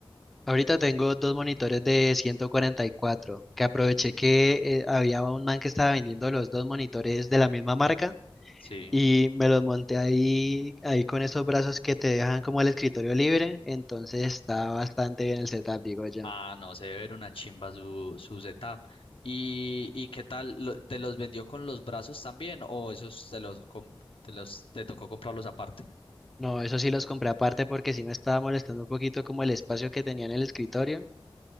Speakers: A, in the centre; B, on the left.
A: Ahorita tengo dos monitores de 144 que aproveché que eh, había un man que estaba vendiendo los dos monitores de la misma marca
B: Sí.
A: y me los monté ahí, ahí con esos brazos que te dejan como el escritorio libre, entonces está bastante bien el setup, digo yo.
B: Ah, no, se debe ver una chimba su, su setup. ¿Y, y qué tal? lo- ¿Te los vendió con los brazos también o esos te los, comp- te los te tocó comprarlos aparte?
A: No, eso sí los compré aparte porque sí me estaba molestando un poquito como el espacio que tenía en el escritorio